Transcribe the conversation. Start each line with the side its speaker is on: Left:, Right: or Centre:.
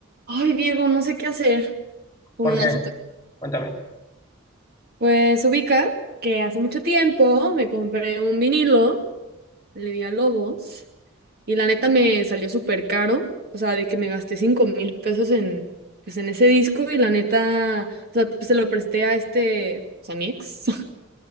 Right: Ay, Diego, no sé qué hacer con
Left: ¿Por
Right: una
Left: qué?
Right: situación.
Left: Cuéntame.
Right: Pues ubica que hace mucho tiempo me compré un vinilo, le di a Lobos, y la neta me salió súper caro. O sea, de que me gasté cinco mil pesos en, pues, en ese disco, y la neta, o sea, pues, se lo presté a este, pues, a mi ex. <laughs>